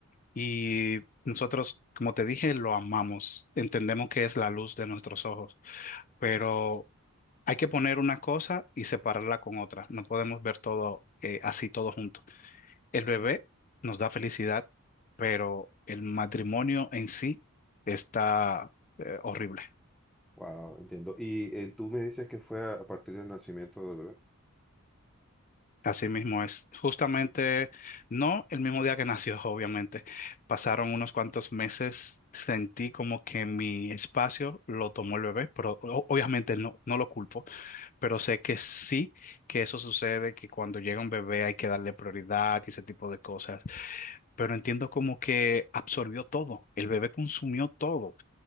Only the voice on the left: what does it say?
y nosotros, como te dije, lo amamos. Entendemos que es la luz de nuestros ojos, pero hay que poner una cosa y separarla con otra. No podemos ver todo eh, así, todo junto. El bebé nos da felicidad, pero el matrimonio en sí está eh, horrible.
Así mismo es. Justamente, no el mismo día que nació, <laughs> obviamente. Pasaron unos cuantos meses, sentí como que mi espacio lo tomó el bebé, pero o- obviamente no, no lo culpo, pero sé que sí que eso sucede, que cuando llega un bebé hay que darle prioridad y ese tipo de cosas. Pero entiendo como que absorbió todo, el bebé consumió todo.